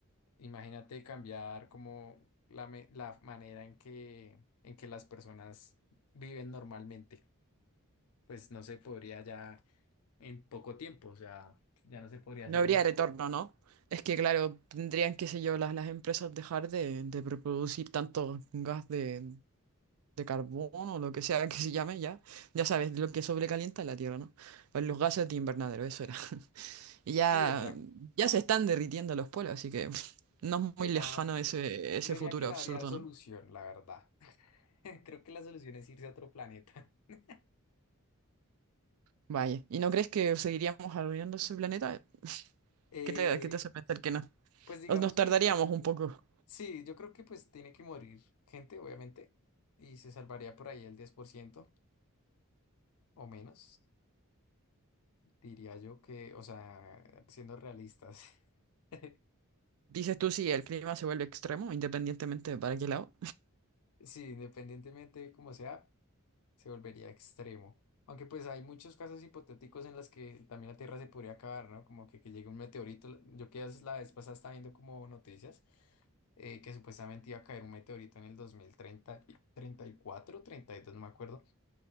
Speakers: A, on the left; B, on the right.
A: Imagínate cambiar como la, me- la manera en que, en que las personas viven normalmente. Pues no se podría ya en poco tiempo, o sea, ya no se podría
B: No
A: hacer
B: habría
A: nada.
B: retorno, ¿no? Es que, claro, tendrían, qué sé yo, las, las empresas dejar de, de reproducir tanto gas de, de carbón o lo que sea <laughs> que se llame ya. Ya sabes, lo que sobrecalienta la Tierra, ¿no? Pues los gases de invernadero, eso era. <laughs> Y ya,
A: Sí, exacto.
B: ya se están derritiendo los polos, así que <laughs> no es
A: Sí,
B: muy
A: no,
B: lejano ese, ese
A: creería
B: futuro
A: que no
B: absurdo,
A: habría solución,
B: ¿no?
A: la verdad. <laughs> Creo que la solución es irse a otro planeta. <laughs>
B: Vaya. ¿Y no crees que seguiríamos arruinando ese planeta?
A: Eh,
B: ¿Qué te, qué te hace pensar que no?
A: pues digamos
B: Nos tardaríamos
A: que sí,
B: un poco.
A: sí, yo creo que pues tiene que morir gente, obviamente, y se salvaría por ahí el 10% o menos, diría yo que, o sea, siendo realistas, <laughs>
B: Dices tú, sí, el clima se vuelve extremo, independientemente de para qué lado.
A: sí, independientemente de cómo sea, se volvería extremo. Aunque pues hay muchos casos hipotéticos en las que también la Tierra se podría acabar, ¿no? Como que, que llegue un meteorito. Yo que la vez pasada estaba viendo como noticias eh, que supuestamente iba a caer un meteorito en el dos mil treinta treinta y cuatro treinta y dos no me acuerdo.